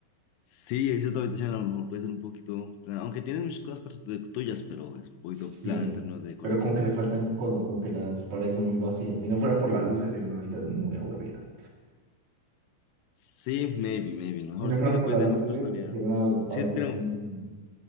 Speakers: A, on the left; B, on the right.
A: Sí, he visto tu habitación, a lo mejor puede ser un poquito plana, aunque tienes muchas cosas pers- de- tuyas, pero es un poquito
B: Sí,
A: plana en términos de decoración.
B: pero como que le faltan cosas, como que las paredes son muy vacías. Si no fuera por las luces, sería una habitación muy aburrida.
A: Sí, maybe, maybe. A lo mejor
B: Si no
A: siento
B: fuera
A: que
B: por
A: puede
B: las
A: tener
B: luces
A: más personalidad.
B: LED, sería una habitación
A: Sí, tengo-
B: muy...